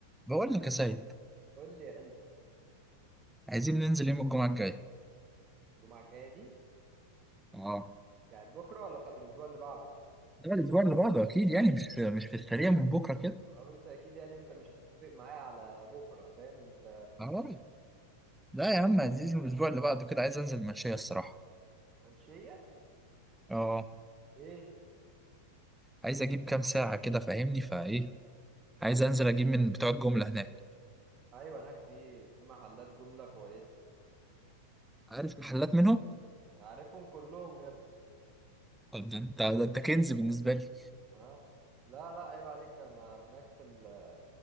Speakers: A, in the centre; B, on the right.
A: بقول لك يا سيد
B: قول لي يا قلبي
A: عايزين ننزل يوم الجمعة الجاي
B: الجمعة الجاية دي
A: اه
B: بتاعت بكرة ولا بتاعت الأسبوع اللي بعده؟
A: لا الأسبوع اللي بعده أكيد يعني مش مش في السريع من بكرة كده
B: أنا قلت أكيد يعني أنت مش هتتفق معايا على بكرة فاهم أنت
A: اه لا يا عم عايزين الأسبوع اللي بعده كده عايز أنزل مشاية الصراحة
B: منشية؟
A: اه
B: ليه؟
A: عايز أجيب كام ساعة كده فاهمني فإيه عايز
B: آه.
A: أنزل أجيب من بتوع الجملة هناك
B: أيوة هناك في في محلات جملة كويسة
A: عارف محلات منهم
B: عارفهم كلهم يا ابني
A: طب ده أنت ده أنت كنز بالنسبة لي
B: آه. لا لا عيب عليك أنا هناك في ال-